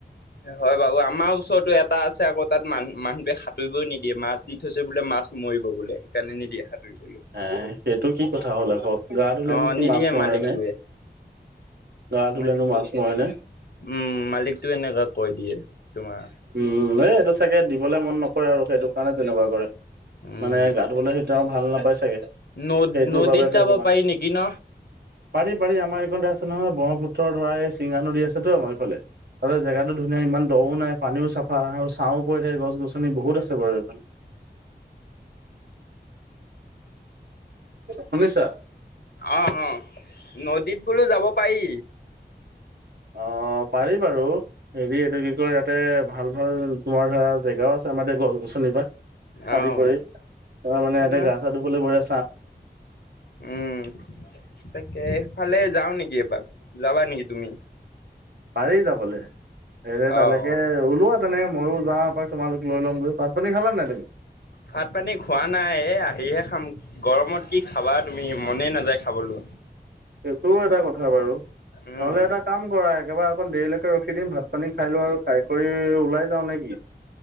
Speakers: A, on the left; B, on the right.
A: হয় বাৰু আমাৰ ওচৰতো এটা আছে আকৌ তাত মান মানুহে খ সাতুঁৰিবই নিদিয়ে মাছ দি থৈছে বোলে মাছ মৰিব বোলে সেইকাৰণে নিদিয়ে সাঁতুব
B: হে সেইটো কি কথা হ'ল আকৌ গা ধুলেনো
A: অ
B: কি
A: নিদিমে
B: মাছ মৰে
A: মালিকটয়ে
B: নে গা ধুলেনো
A: মালিকটো
B: মাছ মৰে নে
A: উম মালিকটো এনেুৱে কৈ দিয়ে তোমাৰ
B: উম এই এইটো চাগে দিবলে মন নকৰে আৰু সেইটো কাৰণে তেনেকুৱা কৰে
A: উম
B: মানে গা ধুবলৈ সেই তেওঁ ভাল নাপাই চাগে
A: ন
B: সেইটোৰ
A: নদীত
B: বাবে ধৰ
A: যাব
B: তোমাক
A: পাৰি নেকি ন
B: পাৰি পাৰি আমাৰ এইখন নহয় ব্ৰহ্মপুত্ৰৰ ধৰা এই চিঙা নদী আছেতো আমাৰ এইফালে তাতে জেগাটো ধুনীয়া ইমান দও নাই পানীও চাফা আৰু ছাঁও পৰি থাক গছ গছনি বহুত আছে বাৰু এইফালে <inaudible> শুনিছা
A: অহ অ নদীত বোলো যাব পাৰি
B: অ পাৰি বাৰু হেৰি এইটো কি ক ইয়াতে ভাল ভাল তোমাৰ ধৰা জেগাও আছে আমাৰ গছ গছনিৰ পৰাা
A: আহ
B: আদি কৰি তমাৰ মানে
A: তোমাৰ
B: ইয়াতে গাছা ধু হলে বৈ আছে
A: উম তাকে এইফালে যাও নেকি এবাৰ যাবা নেকি তুমি
B: পাৰি যাবলৈ স তালৈকে
A: অ অ
B: ওলোৱা তেনে মইয়ো যাওঁ তোমালোক লৈ ল' গৈাতান খালা নে তমি
A: ভাত পানী খোৱা নাই এ আহিহে খাম গৰমত কি খাবা তুমি মনেই নাযায় খাবলৈো
B: সেইটোও এটা কথা বাৰু নহলে
A: উম
B: এটা কাম কৰা একেবাৰে অকন দেৰিলৈকে ত ৰখি দিম ভাত পানী খাই লো আৰু খাই কৰি ওলাই যাও নেকি